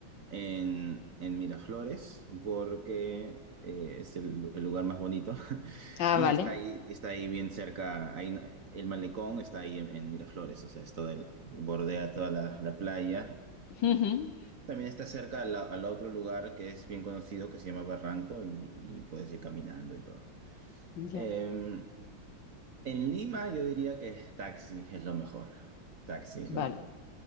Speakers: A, on the right (about 50°); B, on the left (about 70°).
A: en, en Miraflores, porque eh, es el, el lugar más bonito, <laughs>
B: ah,
A: y
B: vale.
A: está ahí, está ahí bien cerca, ahí, no- el malecón está ahí en, en Miraflores, o sea, es todo el, bordea toda la, la playa,
B: Ujú,
A: también está cerca al, al otro lugar que es bien conocido, que se llama Barranco, y, y puedes ir caminando y todo.
B: Ya,
A: Eh, en Lima yo diría que taxi es lo mejor. Taxi es
B: vale.
A: lo mejor.